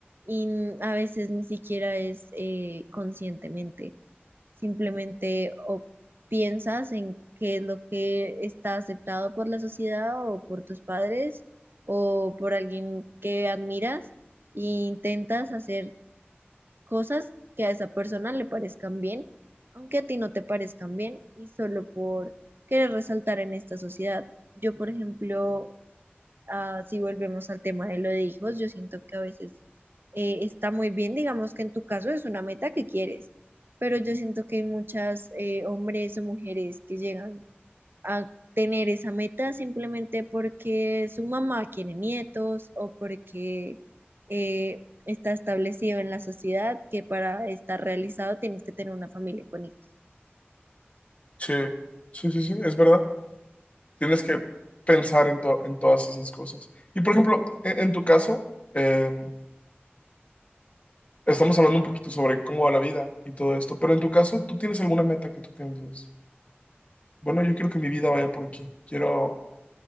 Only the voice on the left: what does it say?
sí, sí, sí, sí, es verdad. Tienes que pensar en, to- en todas esas cosas. Y por ejemplo, en, en tu caso, eh, estamos hablando un poquito sobre cómo va la vida y todo esto, pero en tu caso, ¿tú tienes alguna meta que tú pienses? Bueno, yo quiero que mi vida vaya por aquí. Quiero